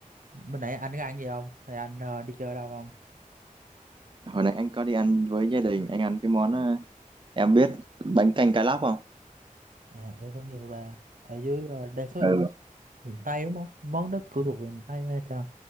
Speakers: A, on the right; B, on the right.
A: mới nãy anh có ăn gì không? Hay anh ờ, đi chơi đâu không?
B: Hồi nãy anh có đi ăn với gia đình, anh ăn cái món ờ, em biết bánh canh cá lóc không?
A: Dạ, em có nhiều bà. Ở dưới ờ, đa số
B: Ừ.
A: dưới miền Tây đúng không? Món đó của thuộc về miền Tây hay sao?